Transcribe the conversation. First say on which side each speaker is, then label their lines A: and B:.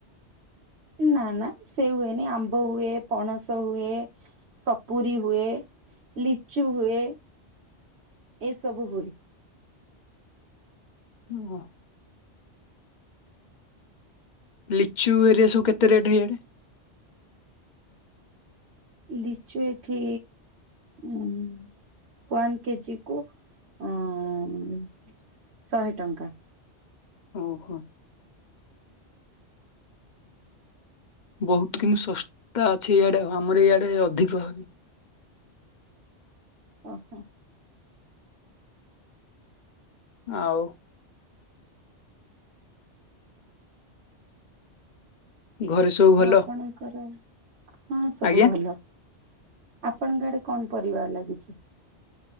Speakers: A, on the right (about 65°); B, on the left (about 40°).
A: ନା ନା ସେଉ ହୁଏନି ଆମ୍ବ ହୁଏ ପଣସ ହୁଏ ସପୁରୀ ହୁଏ। ଲିଚୁ ହୁଏ ଏସବୁ ହୁଏ।
B: ଓ ହୋ। ଲିଚୁ ଏରିଆ ସବୁ କେତେ ରେଟ ହିଆଡେ।
A: ଲିଚୁ ଏଠି ଉଁ ୱାନ୍ କେଜିକୁ ଅ ଶହେ ଟଙ୍କା।
B: ଓ ହୋ। ବହୁତ କିନ୍ତୁ ଶସ୍ତା ଅଛି ଇଆଡେ, ଆମର ଇଆଡେ ଅଧିକ ହଇ।
A: ଓ ହୋ।
B: ଆଉ ଘରେ ସବୁ ଭଲ
A: ଆଉ ଆପଣଙ୍କର କଣ ସବୁ
B: ଆଜ୍ଞା
A: ଭଲ? ଆପଣଙ୍କ ଆଡେ କଣ ପରିବା ଲାଗିଛି?